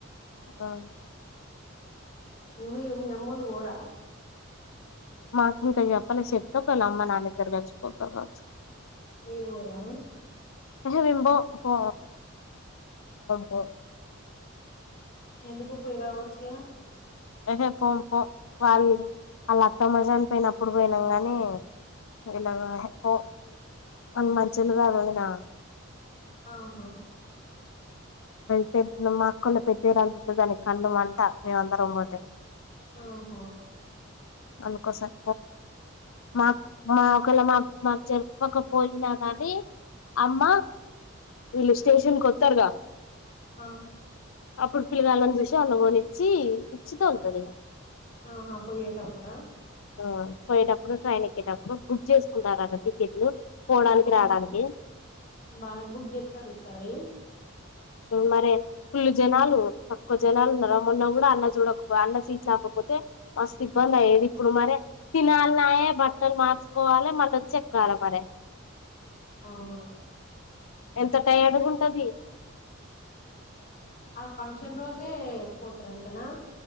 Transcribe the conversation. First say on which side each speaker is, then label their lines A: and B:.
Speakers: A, on the left; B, on the left.
A: ఆ
B: మీ మీ అమ్మలు పోరా
A: మాకు ఇంకా చెప్పాల చెప్త ఒకళ్ళ అమ్మ నా దగ్గర కలిసిపోతారు కావచ్చు
B: మీరు పోరా
A: ప విబ పో పో
B: ఎందుకు పోయి రావచ్చగా
A: అహే పోం పో వాళ వాళ్ళ అత్తమజాని పోయినప్పుడు పోయినాం కాగాని ఇలా పో మ మంచిలుగాదు వదినా
B: ఆహా
A: పె మా అక్కన్న పెద్దదిరులుతు దాని కళ్ళం అంట మేమందరం పోతే
B: ఓహో
A: అనుకోసార్ మాకు మా ఒకళ మా మా చె తప్పకపోయినా కానీ అమ్మ వీళ్ళు స్టేషన్ కు వస్తారుగా
B: ఆ
A: అప్పుడు పిల్లగాళ్ళని చూసి అళమోని ఇచ్చి ఇచ్చిత ఉంటది ఇక
B: ఆహా పోయిటప్పుడా
A: ఆ పోయేటప్పుడు ట్రైన్ ఎక్కేటప్పుడు బుక్ చేసుకున్నారుద టికెట్లు పోవడానికి
B: అమ్మో
A: రావడానికి
B: బాళ బుగ ఎత్తార సార
A: మరి ఫుల్ జనాలు తక్కువ జనాలు ఉన్నమొన్న కూడా అన్న చూడకపో అన్న చీట్ లేకపోతే మస్తు ఇబ్బంది అయ్యేది ఇప్పుడు మరి తినాలిన్నాయే బట్టలు మార్చుకోవాలి మనచ్చ ఎక్కాల మర
B: అవును
A: ఎంత టయ అడ ఉంటది
B: ఆ ఫంక్షన్ రోజే పోతారంటనా